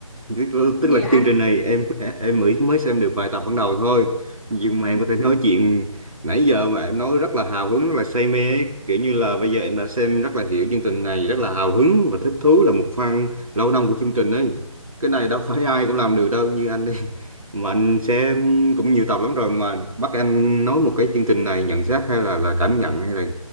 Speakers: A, on the right (about 80°); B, in the centre.
A: tức,
B: cũng
A: tức
B: như
A: là cái
B: là anh
A: chương trình này em em mới mới xem được vài tập ban đầu thôi nhưng mà em
B: ừ.
A: có thể nói chuyện nãy giờ mà em nói rất là hào hứng rất là say mê ấy. kiểu như là bây giờ em đã xem rất là hiểu chương trình này rất là hào hứng và thích thú là một fan lâu năm của chương trình ấy cái này đâu phải ai cũng làm được đâu như anh đi mà anh xem cũng nhiều tập lắm rồi mà bắt anh nói một cái chương trình này nhận xét hay là là cảm nhận hay là